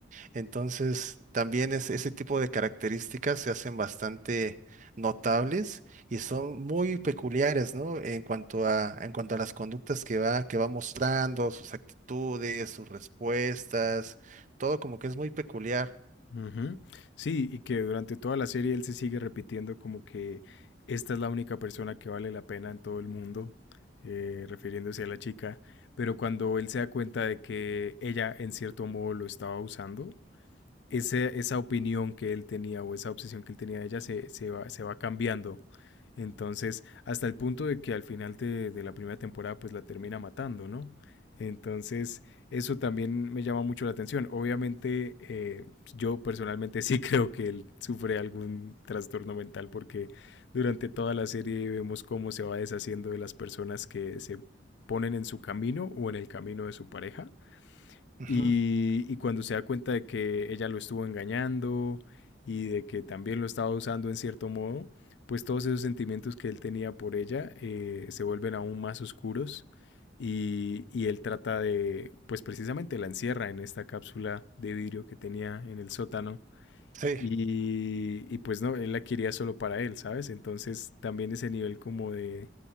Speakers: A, on the right (about 40°); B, on the left (about 70°).
A: Entonces, también es, ese tipo de características se hacen bastante notables y son muy peculiares, ¿no? En cuanto a, en cuanto a las conductas que va, que va mostrando, sus actitudes, sus respuestas, todo como que es muy peculiar.
B: Ujú. Sí, y que durante toda la serie él se sigue repitiendo como que esta es la única persona que vale la pena en todo el mundo, eh, refiriéndose a la chica, pero cuando él se da cuenta de que ella en cierto modo lo estaba usando, ese- esa opinión que él tenía o esa obsesión que él tenía de ella se, se va, se va cambiando. Entonces, hasta el punto de que al final de, de la primera temporada, pues la termina matando, ¿no? Entonces, eso también me llama mucho la atención. Obviamente, eh, yo personalmente sí <laughs> creo que él sufre algún trastorno mental porque durante toda la serie vemos cómo se va deshaciendo de las personas que se ponen en su camino o en el camino de su pareja.
A: Ujú,
B: Y, y cuando se da cuenta de que ella lo estuvo engañando y de que también lo estaba usando en cierto modo, pues todos esos sentimientos que él tenía por ella eh, se vuelven aún más oscuros y, y él trata de, pues precisamente la encierra en esta cápsula de vidrio que tenía en el sótano
A: Sí.
B: y, y pues no, él la quería solo para él, ¿sabes? Entonces también ese nivel como de